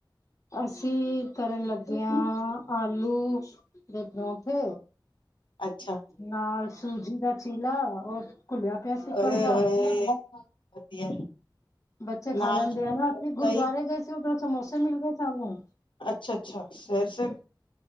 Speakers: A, on the left; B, on the left.
A: ਅਸੀਂ ਕਰਨ ਲੱਗੇ
B: ਹੋ
A: ਆ ਆਲੂ ਦੇ ਪਰੌਠੇ
B: ਅੱਛਾ
A: ਨਾਲ ਸੂਜੀ ਦਾ ਚੀਲਾ ਔਰ ਘੁੱਲਿਆ ਪਿਆ ਸੀ
B: ਅ
A: ਕੱਲ ਦਾ।
B: ਵਧੀਆ
A: ਬੱਚੇ ਖਾ
B: ਨਾਲ
A: ਲੈਂਦੇ ਆ ਕੇ। ਗੁਰਦੁਆਰੇ
B: ਦਹੀਂ
A: ਗਏ ਸੀ ਉੱਧਰੋਂ ਸਮੋਸੇ ਮਿਲ ਸਾਨੂੰ
B: ਅੱਛਾ-ਅੱਛਾ, ਸਵੇਰ-ਸਵੇਰੇ